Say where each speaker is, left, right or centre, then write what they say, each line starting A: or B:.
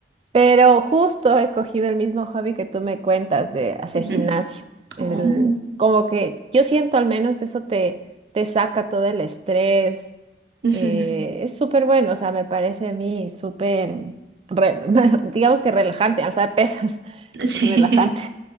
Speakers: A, on the right; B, on the right.
A: Pero justo he cogido el mismo hobby que tú me cuentas de hacer
B: <laughs> Ujú.
A: gimnasio. El-
B: Oh,
A: como que yo siento al menos que eso te, te saca todo el estrés.
B: ujú.
A: eh, es súper bueno, o sea, me parece a mí súper, re- <laughs> digamos que relajante, alzar pesas, <laughs>
B: <laughs>
A: relajante.
B: Sí.